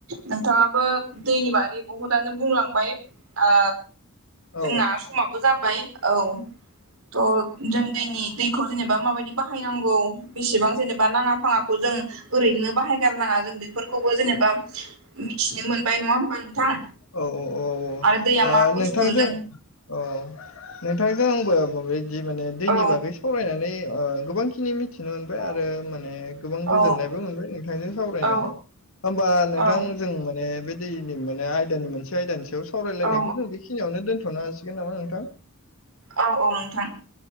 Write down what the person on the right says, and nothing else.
नोंथांङाबो दैनि बागै बुहुदआनो बुंलांबाय। ओ
जोंना समाबो जाबाय औ। थ' जों जोंनि दैखौ जेनेबा माबायदि बाहायनांगौ बेसेबां जेनेबा नाङा फाङाखौ जों ओरैनो बाहायगारनाङा जों बेफोरखौबो जेनेबा मिथिनो मोनबाय नङा होमबा। नोंथां
आरो दैया मा बुस्थु
जों
औ
औ
औ
औ
औ
औ
औ औ नोंथां।